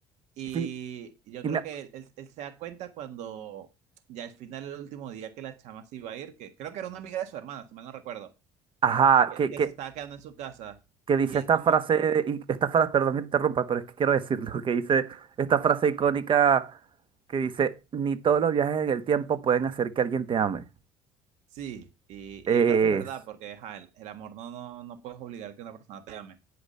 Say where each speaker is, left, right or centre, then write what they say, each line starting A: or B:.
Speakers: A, on the right (about 70°); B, on the right (about 45°).
A: Y
B: sí,
A: yo
B: y
A: creo
B: me...
A: que él, él se da cuenta cuando ya al final, el último día que la chama se iba a ir, que creo que era una amiga de su hermana, si mal no recuerdo,
B: Ajá,
A: que,
B: que,
A: que
B: que
A: se estaba quedando en su casa.
B: que dice
A: Y él
B: esta
A: como,
B: frase, y- esta frase, perdón que te interrumpa, pero es que quiero decirlo, <laughs> que dice esta frase icónica que dice, ni todos los viajes en el tiempo pueden hacer que alguien te ame.
A: sí, y,
B: Es
A: y yo creo que es verdad, porque ajá, el, el amor no, no, no puedes obligar que una persona te ame.